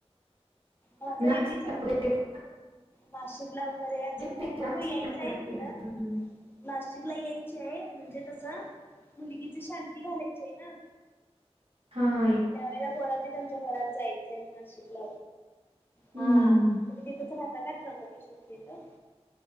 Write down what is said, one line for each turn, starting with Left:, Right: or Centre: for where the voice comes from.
Left: माझ
Right: नाशिकला
Left: एम ए झाले
Right: वगैरे येता
Left: नाशिक लावकरे अजून.
Right: की नाही?
Left: बघू
Right: नाशिकला
Left: यायचं आहे तिकडं. नाशिकला यायची आहे म्हणजे कसं मुलगीची शांती घालायची आहे ना.
Right: हाा.
Left: त्यावेेळे बोला तुमच्या घरात जायचं आहे नाशिकला हा.
Right: हम्म हम्म हम्म.
Left: तुम्ही तथच राहता काात्रमप किशोती इथं.